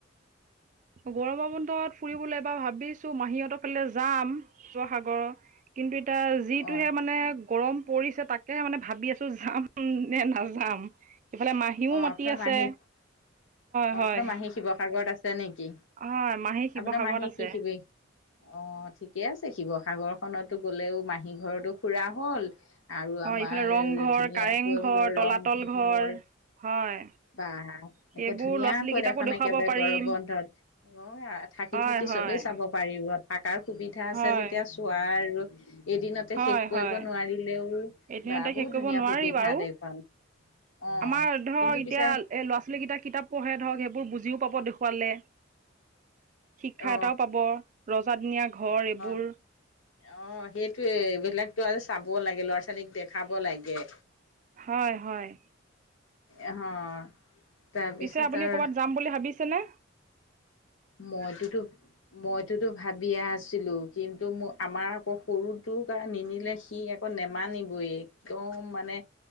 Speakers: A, on the right; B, on the left.
A: গৰম বন্ধত ফুৰিবলৈ ভাবিছো মাহীহঁতৰ ফালে যাম শিৱসাগৰৰ কিন্তু এ যিটোহে
B: অ
A: মানে গৰম পৰিছে তাক তাকে মানে ভাবি আছো যাম নে নাযাম ইফালে মাহীও
B: অ
A: মাতি
B: আপোনাৰ
A: আছে
B: মাহী অ
A: হয়। হয়
B: আপোনাৰ মাহী শিৱসাগৰত আছে নেকি
A: হয় মাহী শিৱসাগৰত
B: আপোনাৰ মাহী
A: আছে
B: কি শিবি অ', ঠিকে আছে শিৱসাগৰ খনতো গ'লেও মাহী ঘৰতো ফুৰা হল আৰু
A: হয়
B: আমাৰ
A: ইফালে ৰংঘৰ
B: ধুনীয়াকৈ
A: কাৰেংঘৰ
B: ধ
A: তলাতল
B: ৰংঘৰ
A: ঘৰ হয়
B: বা
A: সেইবোৰ
B: একে ধুনীয়াকৈ
A: ল'ৰা ছোৱালীকেইটাকো
B: দেখোন
A: দেখুৱাব
B: একেবাৰে
A: পাৰিম
B: গৌৰৱ বন্ধত‌ অ থাকি
A: হয়
B: থাকি
A: হয়
B: চবেই চাব পাৰিব থকাৰ সুবিধা আছে
A: হয়
B: যেতিয়া চোৱাৰ আৰু এদিনতে
A: হয়
B: শেষ কৰিব
A: হয়
B: নোৱাৰিলেও
A: এদিনতে
B: বা বহুত
A: শেষ কৰিব
B: ধুনীয়া
A: নোৱাৰি
B: সুবিধা
A: বাৰু
B: দেখোন অ।
A: আমাৰ ধৰক
B: কিন্তু পিছে
A: এতিয়া ল'ৰা ছোৱালীকেইটা কিতাপ পঢ়ে ধৰক সেইবোৰ বুজিও পাব দেখুৱালে। শিক্ষা
B: অ
A: এটাও পাব ৰজাদিনীয়া ঘৰ এইবোৰ।
B: অ অ সেইটোৱে এইবিলাকতো আৰু চাব লাগে ল'ৰা ছোৱালীক দেখাব লাগে।
A: হয় হয়।
B: অ তাৰপিছত
A: পিছে আপুনি
B: আৰু
A: ক'ৰবাত যাম বুলি ভাবিছেনে
B: মইতোতো মইতোতো ভাবিয়া আছিলো কিন্তু ম আমাৰ আকৌ সৰুটো নিনিলে সি আকৌ নেমানিবই একদম মানে